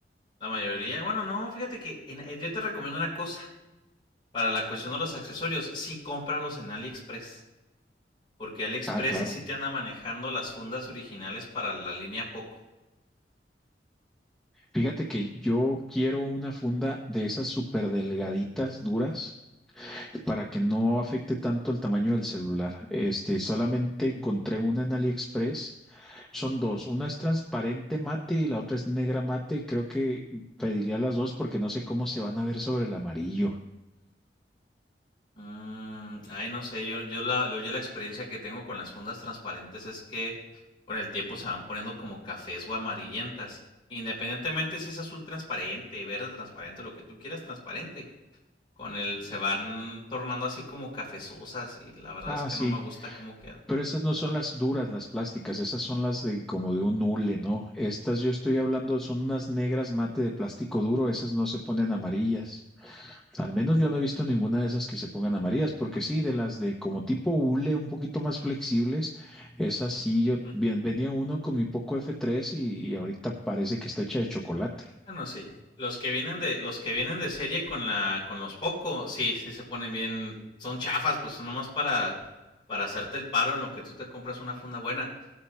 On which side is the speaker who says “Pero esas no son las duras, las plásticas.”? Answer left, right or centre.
Centre